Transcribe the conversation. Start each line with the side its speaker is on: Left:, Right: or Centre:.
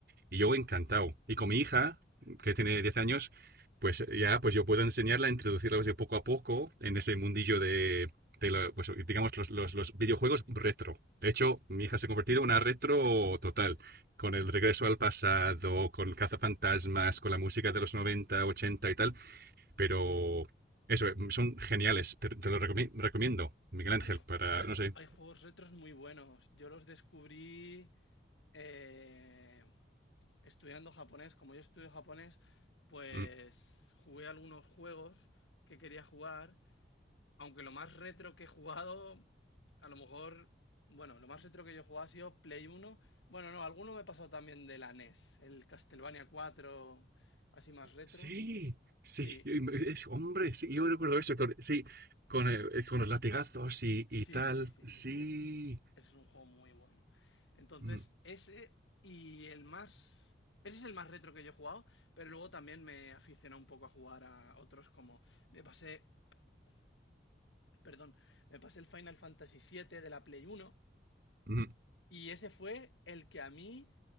Right: Y yo encantado. Y con mi hija, que tiene 10 años, pues ya pues yo puedo enseñarla, introducirla pues, de poco a poco en ese mundillo de, de la- pues, digamos, los, los- los videojuegos retro. De hecho, mi hija se ha convertido en una retro total, con el regreso al pasado, con cazafantasmas, con la música de los 90 80 y tal, pero eso, eh, son geniales, te, te lo recomi- recomiendo, Miguel Ángel,
Left: hay, ju-
Right: para,
Left: hay-
Right: no sé.
Left: hay juegos retros muy buenos. Yo los descubrí eh, estudiando japonés. Como yo estudio japonés, pues
Right: Mm,
Left: jugué algunos juegos que quería jugar. Aunque lo más retro que he jugado, a lo mejor, bueno, lo más retro que yo he jugado ha sido Play uno Bueno, no, alguno me he pasado también de la NES, el Castlevania 4 así más retro.
Right: Sí, sí,
Left: Sí,
Right: es, hombre, sí, yo recuerdo eso, con- sí, con, eh, eh, con los latigazos y,
Left: Sí,
Right: y tal,
Left: sí, sí, sí,
Right: sí.
Left: sí. es- Ese es un juego muy bueno. Entonces,
Right: Mm,
Left: ese y el más. Ese es el más retro que yo he jugado, pero luego también me aficioné un poco a jugar a otros como. Me pasé. Perdón, me pasé el Final Fantasy siete de la Play uno
Right: mm, mm,
Left: Y ese fue el que a mí